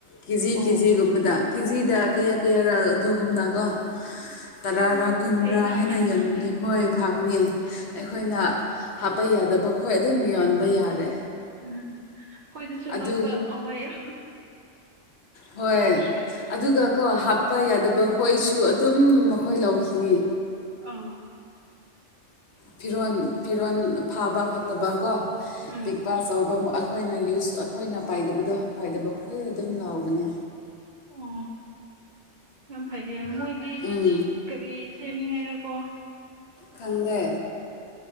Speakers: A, on the left (about 60°); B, on the right (about 50°).
A: ꯀꯦ ꯖꯤ
B: ꯑꯣ
A: ꯀꯦ ꯖꯤꯒꯨꯝꯕꯗ ꯀꯦꯖꯤꯗ ꯀꯌꯥ ꯀꯌꯥ ꯑꯗꯨꯒꯨꯝꯅ ꯀꯣ ꯇꯔꯥꯔ
B: ꯑꯣ
A: ꯀꯨꯟꯔꯥ
B: ꯐꯩꯅ
A: ꯍꯥꯏꯅ ꯌꯟꯕꯅꯦ ꯍꯣꯏ ꯐꯕꯅꯤ ꯑꯩꯈꯣꯏꯅ ꯍꯥꯞꯄ ꯌꯥꯗꯕ ꯈꯣꯏ ꯑꯗꯨꯝ ꯌꯣꯟꯕ ꯌꯥꯔꯦ
B: ꯎꯝ ꯑꯩꯈꯣꯏꯗꯁꯨ
A: ꯑꯗꯨ
B: ꯂꯧꯕ ꯑꯣ ꯍꯥꯏꯌꯣ
A: ꯍꯣꯏ ꯑꯗꯨꯒ ꯀꯣ ꯍꯥꯞꯄ ꯌꯥꯗꯕ ꯈꯣꯏꯁꯨ ꯑꯗꯨꯝ ꯃꯈꯣꯏ ꯂꯧꯈꯤꯅꯤ
B: ꯑꯥ
A: ꯐꯤꯔꯣꯜ ꯐꯤꯔꯣꯜ ꯐꯥꯕ ꯐꯠꯇꯕ ꯀꯣ
B: ꯎꯝ
A: ꯂꯄꯥ ꯑꯆꯧꯕ ꯑꯩꯈꯣꯏꯅ ꯌꯨꯁ ꯑꯩꯈꯣꯏꯅ ꯄꯥꯏꯗꯕꯗꯣ ꯄꯥꯏꯗꯕ ꯑꯩꯈꯣꯏ ꯑꯗꯨꯝ ꯂꯥꯎꯕꯅꯦ
B: ꯑꯣ ꯌꯥꯝ ꯐꯩꯌꯦ ꯃꯣꯏꯗꯤ
A: ꯎꯝ
B: ꯀꯔꯤ ꯁꯦꯝꯃꯤꯉꯥꯏꯔꯀꯣ
A: ꯈꯪꯗꯦ